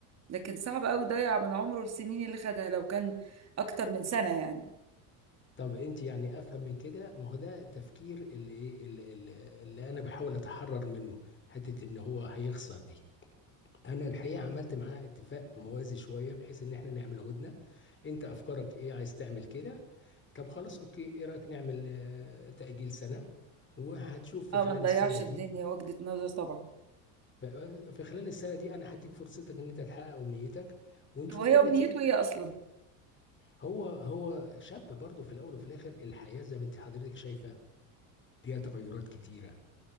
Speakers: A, on the right (about 35°); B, on the left (about 25°).
A: لكن صعب قوي يضيع من عمره السنين اللي خدها لو كان اكتر من سنة يعني
B: طب انت يعني افهم من كده ما هو ده التفكير اللي ايه اللي, اللي اللي انا بحاول اتحرر منه حته ان هو هيخسر دي انا الحقيقه عملت معاه اتفاق موازي شويه بحيث ان احنا نعمل هدنه انت افكارك ايه عايز تعمل كده طب خلاص اوكي ايه رايك نعمل آه، تاجيل سنه وهتشوف في
A: اه
B: خلال
A: ما نضيعش
B: السنه دي
A: الدنيا وجهة نظر طبعا
B: ف- في خلال السنه دي انا هديك فرصتك ان انت تحقق امنيتك ونشوف
A: هو هي
B: النتيجه
A: امنيته ايه اصلا
B: هو هو شاب برضه في الاول وفي الاخر الحياه زي ما انت حضرتك شايفه فيها تغيرات كتيره